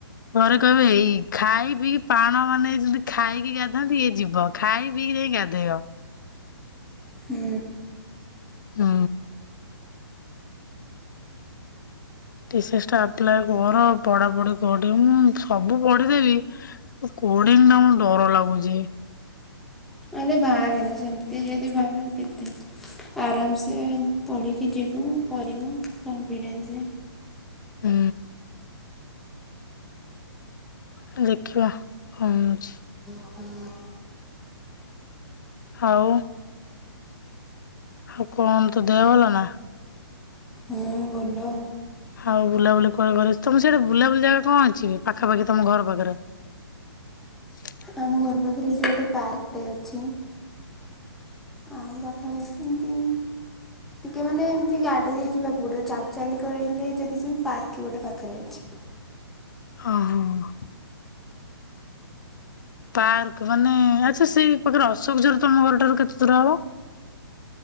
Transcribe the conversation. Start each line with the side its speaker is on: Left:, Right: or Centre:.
Left: ପରେ କହିବେ ଏଇ ଖାଇ ପିବି ପାଣ ମାନେ ଯିମିତି ଖାଇକି ଗାଧାଆନ୍ତି ଇଏ ଯିବ ଖାଇ ପିଇକି ଜାଇକି ଗାଧେଇବ।
Centre: ହଁ।
Left: ହୁଁ। ତୁ ଷ୍ଟାପଲାଏ କର ପଢାପଢି କର ଟିକେ ମୁଁ ସବୁ ପଢିଦେବି ଓଡିଙ୍ଗ ଟା ମୋ ଡର ଲାଗୁଛି।
Centre: ଆରେ ଭାବେ ନା ସେମିତି ଯଦି ଭାବିବୁ କେମିତି ଆରମ ଏ ପଢ଼ିକି ଯିବୁ କରିବୁ କନଫିଡେନ୍ସରେ।
Left: ହଁ। ହଁ ଦେଖିବା କଣ ହଉଛି।
Centre: ହଁ
Left: ହାଉ। ହାଉ କଣ ତୋ ଦେହ ଭଲ ନା?
Centre: ହଁ ଭଲ।
Left: ହାଉ ବୁଲାବୁଲି କଣ କରିସ୍ ତମ ସେଇଟି ବୁଲାବୁଲି ଜାଗା କଣ ଅଛି ପାଖାପାଖି ତମ ଘର ପାଖରେ? <inaudible>
Centre: ଆଉ ଘର ପାଖରେ ଏଇଠି ଗୋଟେ ପାର୍କଟେ ଅଛି। ଆଉ ପାଖା ପାଖି ଏମିତି ଟିକେ ମାନେ ଏମିତି ଗାଡିରେ ଯିବାକୁ ପଡିବ ଚାଲି ଚାଲି କହିଲେ ଯଦି ଯୋଉ ପାର୍କ ଗୋଟେ ପାଖରେ ଅଛି।
Left: ହଁ ହଁ। ପାର୍କ ମାନେ ଆଚ୍ଛା ସେଇ ପାଖରେ ଅଶୋକ ଜୋର ତମ ଘର ଠାରୁ କେତେ ଦୂର ହବ?